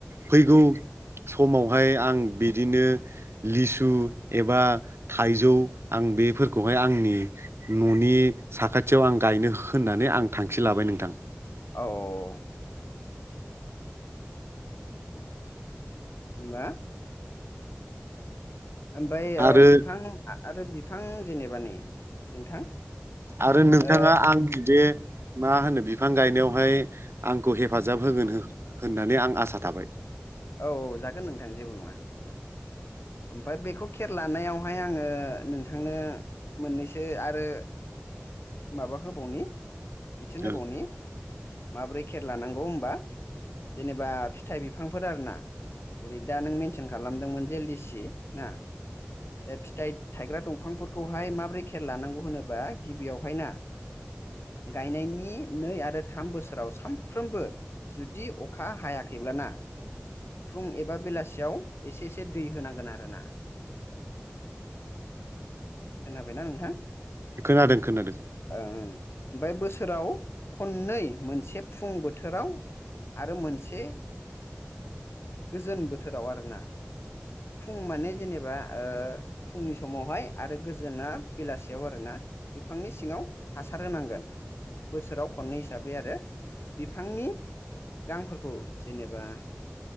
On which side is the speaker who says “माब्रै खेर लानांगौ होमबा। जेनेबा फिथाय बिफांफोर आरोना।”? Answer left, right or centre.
Left